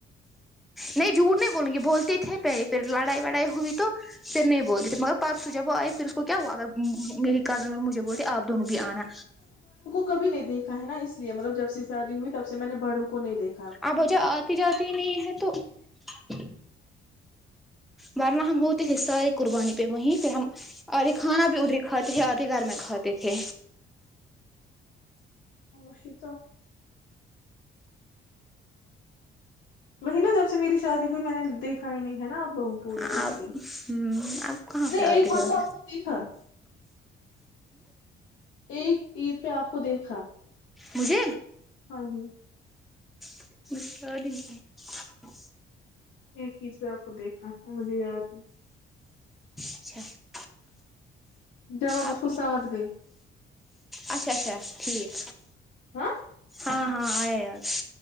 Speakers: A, in the centre; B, on the left (about 70°).
A: نہیں جھوٹ نہیں بولوں گی بولتے تھے پہلے پھر لڑائی وڑائی ہوئی تو پھر نہیں بولتی تھے مگر پرسوں جب وہ آئے پھر اس کو کیا ہوا اگر میری کزن اور مجھے بول تو آپ دونوں بھی آنا
B: کب نہیں دیکھا ہے نا اس لیے مطلب جب سے شادی ہو تب سے میں نے بڑوں کو نہیں دیکا
A: اب وجہ آتی جاتی نہیں ہے تو السلام علیکم محترم بارماہ ہم ہوتے تھے ساری قربانی پہ وہیں پھر ہم آدے کھانا بھی ادری کھاتے تھے آھے گھر میں کھاتے تھے
B: مش تو وہی نا جب سے میری شادی ہوئی میں نے دیکھا ہی نہیں ہے نا آپ لوگ ب
A: آپ
B: اس لیے
A: ہ آپ کہاں
B: نہیں
A: پ آتے
B: ایک بار
A: جا ہوں
B: تو آپ کو دیکھا ایک عید پہ آپ کو دیکھا
A: بھے
B: ہاں ہاں
A: بس س د
B: ایک ہییز میں آپ کو دیکھا تھا مجھے یاد ہے
A: اچھا
B: جباب اس
A: آپ
B: کو ساتھ گئی
A: اچھا اچھا ٹھیک
B: ہ
A: ہاں ہاں آیا یار